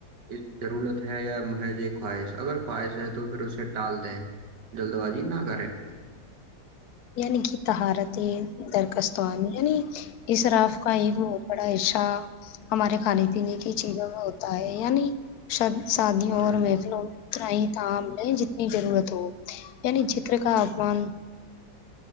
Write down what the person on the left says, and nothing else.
یعنی کہ تہارتیں درخستوانی یعنی اس راف کا ایک بہت بڑا حصہ ہمارے کھانے پینے کی چیزوں میں ہوتا ہے ی نہیں شادیوں
اور محفلوں میں اترائی تم ل جتنی ضرورت ہو یعنی رکاو مان